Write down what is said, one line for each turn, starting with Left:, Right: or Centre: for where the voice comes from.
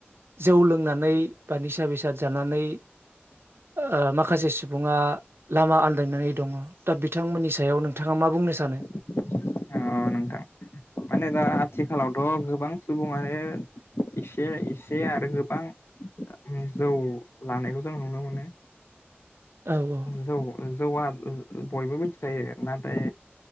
Right: जौ लोंनानै बा निसा बेसाद जानानै ओ माखासे सुबुङा लामा आनदायनानै दङ दा बिथांमोननि सायाव नोंथाङा मा बुंङो। बुंनो सानो
Left: <inaudible> नोंथां माने दा आथिखालावथ' गोबां सुबुङानो एसे- एसे आरो गोबां ओ जौ लानायखौ जों नुनो मोनो।
Right: औ औ
Left: जौ जौआ बयबो मिथिखायो नाथाय